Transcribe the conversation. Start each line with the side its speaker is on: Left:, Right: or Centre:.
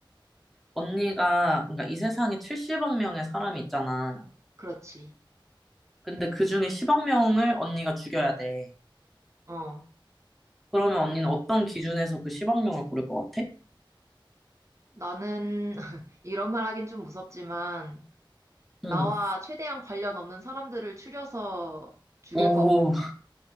Centre: 언니가, 그러니까 이 세상에 70억 명의 사람이 있잖아.
Right: 그렇지.
Centre: 근데 그 중에 10억 명을 언니가 죽여야 돼.
Right: 어,
Centre: 그러면 언니는 어떤 기준에서 그 10억 명을 고를 것 같아?
Right: 나는 <laughs> 이런 말 하긴 좀 무섭지만 나와
Centre: 응.
Right: 최대한 관련 없는 사람들을 추려서 죽일
Centre: 오,
Right: 거.